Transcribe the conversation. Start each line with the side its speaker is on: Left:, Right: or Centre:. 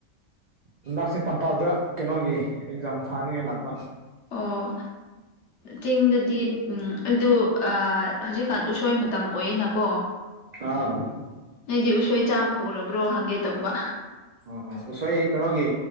Right: ꯂꯟꯗꯛꯁꯦ ꯇꯝꯄꯥꯛꯇ ꯀꯩꯅꯣꯒꯤ ꯑꯦꯛꯖꯥꯝ ꯊꯥꯅꯤꯡꯉꯥꯏ ꯂꯥꯛꯄ
Left: ꯑꯣ ꯆꯤꯡꯗꯗꯤ ꯑꯗꯨ ꯍꯧꯖꯤꯛꯀꯥꯟ ꯎꯁꯣꯏ ꯃꯇꯝ ꯑꯣꯏꯌꯦꯅꯀꯣ
Right: ꯑꯥ
Left: ꯅꯣꯏꯗꯤ ꯎꯁꯣꯏ ꯆꯥꯕ ꯍꯧꯔꯕ꯭ꯔꯣ ꯍꯪꯒꯦ ꯇꯧꯕ
Right: ꯑꯣ ꯑꯣ ꯎꯁꯣꯏ ꯀꯩꯅꯣꯒꯤ